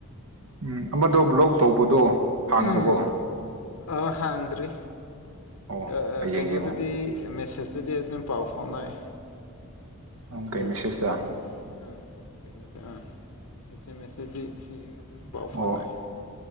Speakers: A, on the right; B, on the left.
A: ꯎꯝ ꯑꯃꯗꯣ ꯕ꯭ꯂꯣꯛ ꯇꯧꯕꯗꯣ ꯍꯥꯡꯈ꯭ꯔꯕꯣ
B: ꯎꯝ ꯑꯥ ꯍꯥꯡꯗ꯭ꯔꯤ
A: ꯑꯣ
B: ꯑꯥ ꯑꯥ
A: ꯍꯌꯦꯡ
B: ꯀꯩꯅꯣꯗꯨꯗꯤ
A: ꯌꯦꯡꯉꯣ
B: ꯃꯦꯁꯦꯁ ꯑꯗꯨꯗꯤ ꯑꯗꯨꯝ ꯄꯥꯎ ꯐꯥꯎꯅꯩ ꯃꯦꯁꯦꯖ
A: ꯀꯩ ꯃꯦꯁꯦꯖꯇ
B: ꯎꯝ ꯀꯩꯅꯣꯗ ꯑꯥ ꯑꯦꯁꯦꯃꯦꯁꯗꯗꯤ ꯍꯦꯛ ꯍꯦꯛ ꯑꯗꯨꯝ ꯄꯥꯎ ꯐꯥꯎꯅꯩ
A: ꯑꯣ